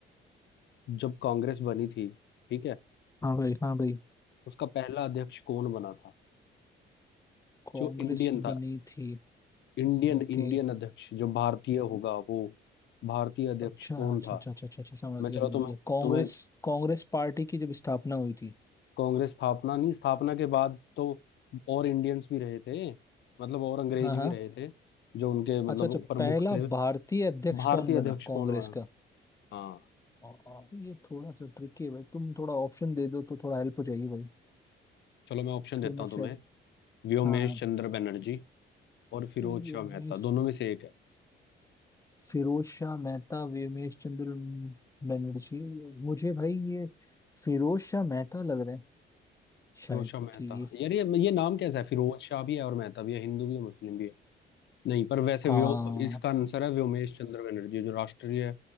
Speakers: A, on the left; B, on the left.
A: जब कांग्रेस बनी थी ठीक है
B: हाँ भाई हाँ भाई
A: उसका पहला अध्यक्ष कौन बना था
B: कांग्रेस
A: जो इंडियन था
B: बनी थी
A: इंडियन
B: ओके
A: इंडियन अध्यक्ष जो भारतीय होगा वो भारतीय अध्यक्ष
B: अच्छा
A: कौन
B: अच्छा
A: था
B: अच्छा अच्छा अच्छा अच्छा, समझ
A: मैं
B: गया
A: चलो
B: समझ
A: तुम्हें
B: गया कांग्रेस
A: तुम्हें
B: कांग्रेस पार्टी की जब स्थापना हुई थी
A: कांग्रेस स्थापना नहीं स्थापना के बाद तो और इंडियंस भी रहे थे मतलब और अंग्रेज
B: हाँ हाँ
A: भी रहे थे जो उनके
B: अच्छा
A: मतलब
B: अच्छा
A: प्रमुख
B: पहला
A: थे
B: भारतीय अध्यक्ष
A: भारतीय
B: कौन बना
A: अध्यक्ष
B: कांग्रेस
A: कौन हुआ
B: का
A: हाँ
B: और ये थोड़ा सा ट्रिकी है भाई तुम थोड़ा ऑप्शन दे दो तो थोड़ा हेल्प हो जाएगी भाई
A: चलो मैं ऑप्शन
B: फिर
A: देता
B: मैं
A: हूँ
B: शायद
A: तुम्हें व्योमेश
B: हाँ
A: चंद्र बनर्जी और फिरोज
B: व्योमेश
A: शाह मेहता दोनों में से एक है
B: फिरोज शाह मेहता व्योमेश चंद्र बनर्जी मुझे भाई ये फिरोज शाह मेहता लग रहे हैं शायद
A: फिरोज शाह मेहता
B: कि ये
A: यार ये ये नाम कैसा है फिरोज शाह भी है और मेहता भी है हिंदू भी है मुस्लिम भी है नहीं पर वैसे
B: हाँ
A: व्यो इसका आंसर है व्योमेश चंद्र बनर्जी जो राष्ट्रीय